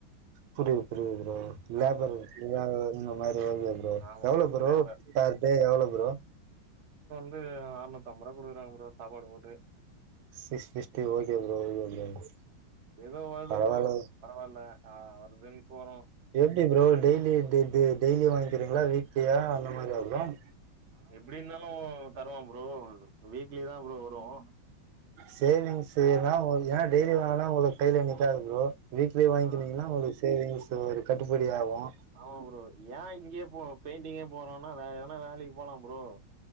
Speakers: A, on the right; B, on the right.
A: புரியது புரியது ப்ரோ லேபர்
B: அவ்ளோதா ப்ரோ
A: இந்த மாரி ப்ரோ
B: ஆமா
A: எவ்வளோ ப்ரோ
B: லேபர்
A: பர் டே எவ்வளவு ப்ரோ
B: அறுநூத்திஐம்பது ரூபா குடுக்குறாங்க சாப்பாடு போட்டு
A: six sixty okay bro okay bro
B: ஏதோ வருது
A: பரவால்ல
B: ப்ரோ பரவாயில்ல ஆஹ் வருதுன்னு போறோம்
A: எப்படி ப்ரோ டெய்லி டெய்லி வாங்கிக்கிறீங்களா வீக்லியா அந்த மாரி வரும்
B: எப்படி இருந்தாலும் தருவம் ப்ரோ வீக்லி தான் ப்ரோ வரும்
A: சேவிங்ஸ் எல்லாம் ஏன்னா டெய்லி வாங்கனா உங்களுக்கு கையில நிக்காது ப்ரோ வீக்லே வாங்கனீங்கன்னா
B: ஆ
A: உங்களுக்கு சேவிங்ஸ் ஒரு கட்டுப்படி ஆகும்
B: ஆமா ப்ரோ ஏன் இங்கயே போ பெயிண்டிங்க போறோம்னா வே ஏன்னா வேலைக்கு போலாம் ப்ரோ